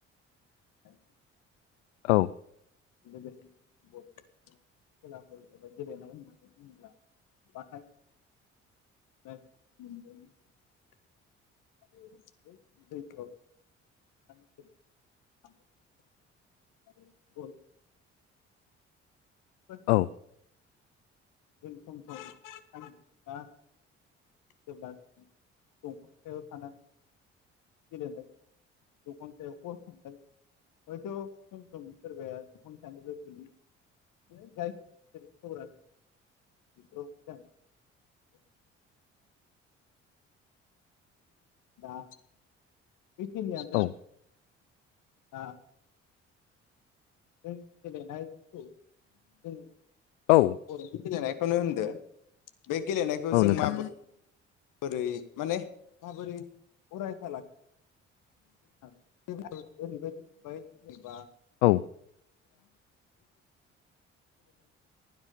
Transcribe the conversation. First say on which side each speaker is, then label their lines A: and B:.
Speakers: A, on the left; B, on the left.
A: <unintelligible> <unintelligible>
B: औ
A: लोगोसे खेलाफोर एबा गेलेनाय होन होनोब्ला बानाय <unintelligible> <inaudible> <unintelligible> <unintelligible> <unintelligible>
B: औ
A: जों सम समा जेब्ला ज दंफां सायाव थानानै गेलेनाय दंख' सायाव हर हमल हयथ' सम सम सोरबाया दंफां सायानोबो गयो जायख सर <unintelligible> दा बेखिनियानो
B: औ
A: <unintelligible> जों गेलेनायखौ जों
B: औ
A: <unintelligible> थनो होनदो बे गेलेनायखौ
B: औ
A: जों
B: नोंथां
A: माबो बोरै माने माबोरै अरायथा लाखि <inaudible> हागोन <inaudible> ओरैबायदि <inaudible> जेनेबा
B: औ